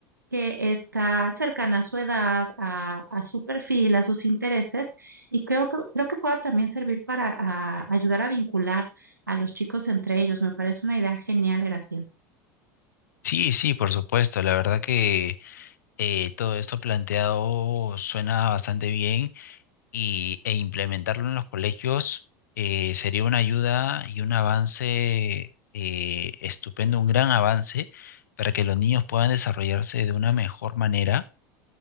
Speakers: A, on the right (about 85°); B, on the left (about 65°).
A: que está cercana a su edad, a, a su perfil, a sus intereses, y creo que, creo que pueda también servir para a, ayudar a vincular a los chicos entre ellos. Me parece una idea genial, Graciela.
B: Sí, sí, por supuesto. La verdad que eh, todo esto planteado suena bastante bien y, e implementarlo en los colegios eh, sería una ayuda y un avance eh, estupendo, un gran avance para que los niños puedan desarrollarse de una mejor manera